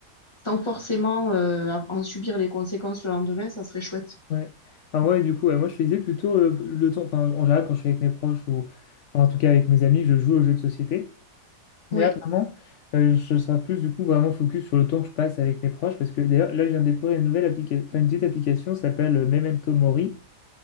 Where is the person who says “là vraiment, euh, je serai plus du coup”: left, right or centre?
Left